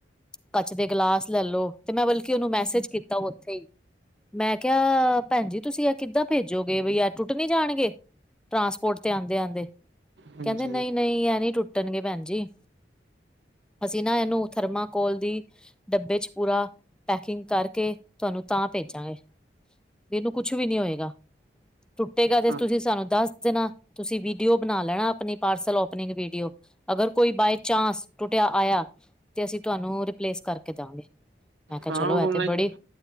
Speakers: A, in the centre; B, on the right.
A: ਕੱਚ ਦੇ ਗਲਾਸ ਲੈਲੋ ਤੇ ਮੈਂ ਬਲਕਿ ਓਨੂੰ ਮੈਸੇਜ ਕੀਤਾ ਓਥੇ ਈ ਮੈਂ ਕੇਆ ਭੈਨ ਜੀ ਤੁਸੀਂ ਐ ਕਿੱਦਾਂ ਭੇਜੋਗੇ, ਬਈ ਐ ਟੁੱਟ ਨੀ ਜਾਣਗੇ। ਟਰਾਂਸਪੋਟ ਤੇ ਆਂਦੇ-ਆਂਦੇ।
B: ਹਾਂਜੀ
A: ਕਹਿੰਦੇ ਨਹੀਂ-ਨਹੀਂ, ਐ ਨੀ ਟੁੱਟਨਗੇ ਭੈਣ ਜੀ। ਅਸੀ ਨਾ ਐਨੂੰ ਥਰਮਾਕੋਲ ਦੀ ਡੱਬੇ 'ਚ ਪੂਰਾ ਪੈਕਿੰਗ ਕਾਰਕੇ ਤੂਆਨੂੰ ਤਾਂ ਭੇਜਾਂਗੇ। ਬੀ ਇਹਨੂੰ ਕੁੱਛ ਵੀ ਨੀ ਹੋਏਗਾ। ਟੁੱਟੇਗਾ ਤੇ
B: ਹਾਂ
A: ਤੂਸੀਂ ਸਾਨੂੰ ਦੱਸ ਦੇਨਾ। ਤੂਸੀ ਵੀਡੀਓ ਬਨਾ ਲੈਣਾ ਅਪਨੀ ਪਾਰਸਲ ਓਪਨਿੰਗ ਵੀਡੀਓ ਅਗਰ ਕੋਈ ਬਾਏ ਚਾਂਸ ਟੁੱਟੇਆ ਆਇਆ ਤੇ ਅਸੀ ਤੁਵਾਨੂੰ ਰਿਪਲੇਸ ਕਰਕੇ ਦਾਂਗੇ। ਮੈਂ ਕਿਹਾ
B: ਹਾਂ
A: ਚਲੋ
B: ਔਨਲਾਈਨ
A: ਇਹ ਤੇ ਬੜੀ